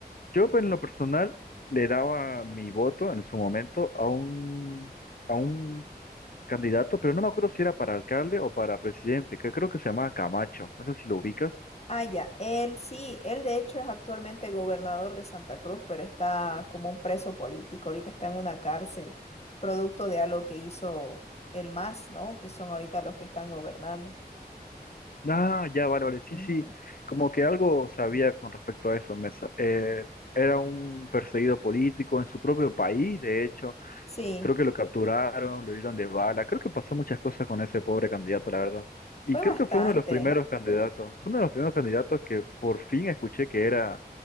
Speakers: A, on the left; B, on the left.
A: Yo, pues, en lo personal, le daba mi voto en su momento a un, a un candidato, pero no me acuerdo si era para alcalde o para presidente, que creo que se llamaba Camacho. No sé si lo ubicas.
B: Ah, ya, él sí, él de hecho es actualmente gobernador de Santa Cruz, pero está como un preso político, ahorita está en una cárcel, producto de algo que hizo el MAS, ¿no? Que son ahorita los que están gobernando.
A: Ah, ya, vale, vale, sí,
B: Ujú.
A: sí, como que algo sabía con respecto a eso, Mesa. Eh, era un perseguido político en su propio país, de hecho,
B: Sí,
A: creo que lo capturaron, lo hirieron de bala, creo que pasó muchas cosas con ese pobre candidato, la verdad. Y
B: fue
A: creo
B: bastante.
A: que fue uno de los primeros candidatos, uno de los primeros candidatos que por fin escuché que era